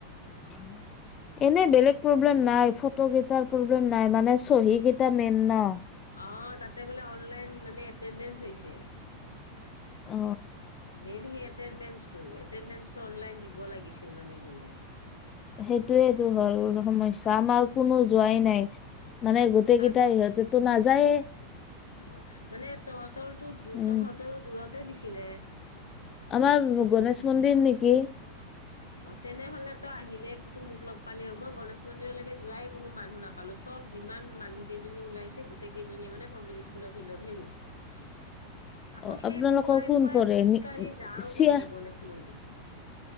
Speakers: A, on the left; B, on the left.
A: উ এনেই বেলেগ প্ৰব্লেম নাই ফটো কেইটাৰ প্ৰব্লেম নাই মানে চহী কেইটা মেইন ন
B: অ তাতে বোলে অনলাইন মানে এটেণ্ডেঞ্চ হৈছে।
A: অ
B: মেইনটো এণ্ট্ৰেডেন্সটো এণ্ট্ৰেডেন্সটো অনলাইন দিব লাগিছিল মানে গ'লে।
A: সেইটোয়েইটো হ'ল সমস্যা আমাৰ কোনো যোৱাই নাই মানে গোটেই
B: তাক
A: কেইটাই ইিহঁতেতো নাজ নাযায়
B: অ মানে তহঁতৰো
A: উম
B: তহঁতৰো দূৰত তে দিছিলে।
A: আমাৰ গণেশ মন্দিৰ নেি গে
B: অ তেনেহ'লে তই আহিলে কিন্তু মোক লগ পালি হ মই গণেশ মন্দিৰলৈকে যোৱাই কোনো মানুহ নাপালো চব যিমান মানুহ কেইজনী ওলাইছে গোটেই কেইজনীয়ে মানে পাব্লিক স্কুলৰ ফিল্ডতহে গৈছে আকৌ
A: অ
B: সেই
A: আপোনালোকৰ
B: পুৱাই
A: কোন
B: পুৱাই
A: পৰে
B: খোজকাঢ়ি
A: নি
B: যাওঁ
A: চিয়া
B: কেনেকে গণেশ মন্দিৰ।